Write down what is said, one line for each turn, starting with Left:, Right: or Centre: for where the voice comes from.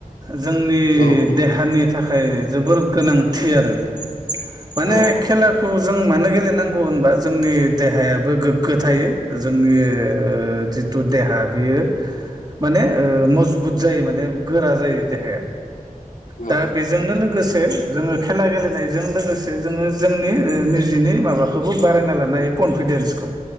Right: जोंनि
Left: औ नोंथां
Right: देहानि थाखाय जोबोर गोनांथि आरो। माने
Left: औ
Right: खेलाखौ जों मानो गेलेनांगौ गौ होनबा जोंनि देहायाबो गोग्गो थायो जोंनि ओ जिथु देहा बेयो माने ओ मजबुत जायो माने गोरा जायो देहाया।
Left: औ
Right: दा बेजोंनो लोगोसे जोङो खेला गेलेनायजों लोगोसे जोङो जोंनि निजिनि माबाखौबो बारायना लानो हायो कनफिदेन्सखौ।